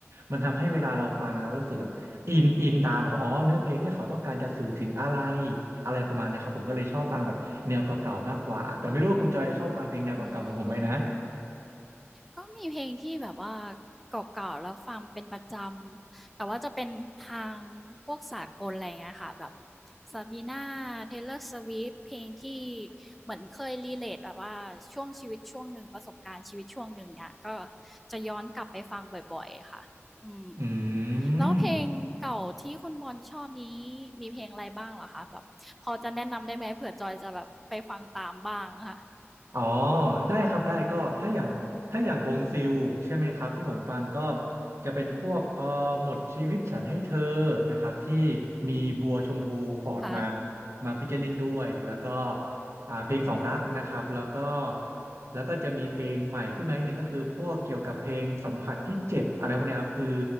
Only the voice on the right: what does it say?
มันทำให้เวลาเราฟังแล้วรู้สึก อินอินตามเขาอ๋อเนื้อเพลงเนี่ยเขาต้องการจะสื่อถึงอะไรอะไรประมาณเนี้ยครับผมก็เลยชอบฟังแบบแนวเก่าๆมากกว่าแต่ไม่รู้ว่าคุณจอยจะชอบฟังเพลงแนวเก่าๆเหมือนผมไหมนะ
อืม
อ๋อได้ครับได้ก็ถ้าอย่างถ้าอย่างวงซิลใช่ไหมครับที่ผมฟังก็จะเป็นพวกเอ่อหมดชีวิตฉันให้เธอนะครับที่มีบัวชมพูฟอร์ดมา
มาฟีเจอริงด้วยแล้วก็อ่าเพลงสองรักนะครับแล้วก็แล้วก็จะมีเพลงใหม่ขึ้นมาอีกหนึ่งก็คือพวกเกี่ยวกับเพลงสัมผัสที่เจ็บอะไรพวกเนี้ยครับคือ